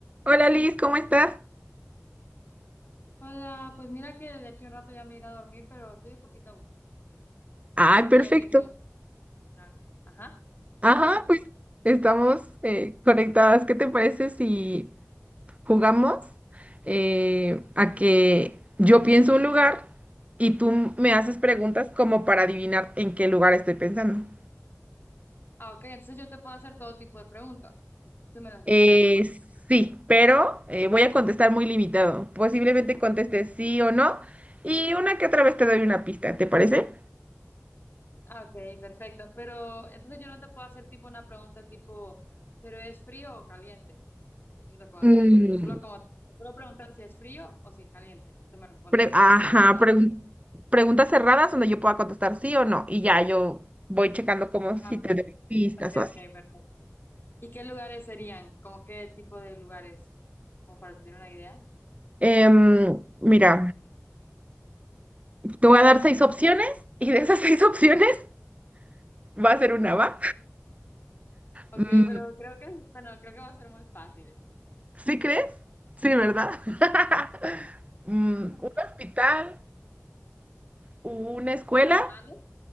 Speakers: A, on the right; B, on the left.
A: Hola Liz, ¿cómo estás?
B: Hola, pues mira que de aquí a un rato ya me iré a dormir, pero estoy un poquito aburrida.
A: Ay,
B: Antes
A: perfecto.
B: de dormir me gusta hacer algo. Ajá.
A: Ajá,
B: ¿Qué pasa?
A: pues estamos eh, conectadas. ¿Qué te parece si jugamos eh, a que yo pienso un lugar y tú me haces
B: Ajá.
A: preguntas como para adivinar en qué lugar estoy pensando?
B: Ah, ok, entonces yo te puedo hacer todo tipo de preguntas. Tú me las respondes
A: Eh,
B: normal.
A: sí, pero eh, voy a contestar muy limitado. Posiblemente conteste sí o no y una que otra vez te doy una pista, ¿te parece?
B: Ah, ok, perfecto. Pero entonces yo no te puedo hacer tipo una pregunta tipo, ¿pero es frío o caliente? No te puedo
A: Mm,
B: hacer eso, no. Solo como, solo preguntar si es frío o si es caliente. Tú me respondes
A: Pre-
B: con
A: ajá,
B: sí o no. Algo.
A: pregun- preguntas cerradas donde yo pueda contestar sí o no. Y ya yo voy checando como
B: Ah,
A: si te
B: ok.
A: doy pistas
B: Ok,
A: o así.
B: ok, perfecto. ¿Y qué lugares serían? ¿Como qué tipo de lugares? Como para tener una idea.
A: Em, mira, te voy a dar seis opciones y de esas <laughs> seis opciones va a ser una, ¿va?
B: Ok,
A: Mm,
B: pero creo que, bueno, creo que va a ser muy fácil.
A: ¿sí crees? Sí, ¿verdad? <laughs> Mm,
B: <laughs>
A: un hospital, una escuela,
B: ¿Mande?